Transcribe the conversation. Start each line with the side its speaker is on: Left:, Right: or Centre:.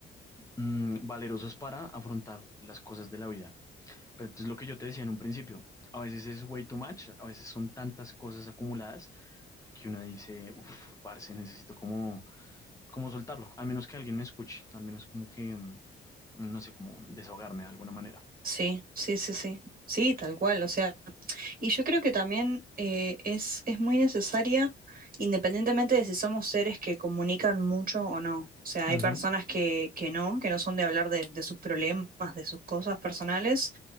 Left: mm, valerosos para afrontar las cosas de la vida. Pero entonces lo que yo te decía en un principio, a veces es way too much, a veces son tantas cosas acumuladas que uno dice, uff, parce, necesito como, como soltarlo, al menos que alguien me escuche, al menos como que, mm, no sé, como desahogarme de alguna manera.
Right: sí, sí, sí, sí. Sí, tal cual. O sea, y yo creo que también eh, es, es muy necesaria, independientemente de si somos seres que comunican mucho o no. O sea, hay
Left: Ujú,
Right: personas que, que no, que no son de hablar de, de sus problemas, de sus cosas personales,